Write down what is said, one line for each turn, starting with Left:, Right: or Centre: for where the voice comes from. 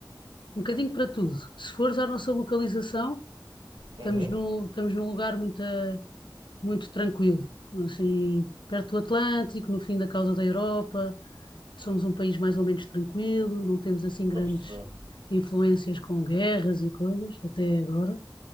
Left: um bocadinho para tudo, se fores à nossa localização, estamos
Right: Uhum.
Left: no estamos num lugar muito, eh, muito tranquilo, assim, perto do Atlântico, no fim da causa da Europa, somos um país mais ou menos tranquilo, não temos assim
Right: Estou
Left: grandes
Right: a perceber.
Left: influências com guerras e coisas, até agora.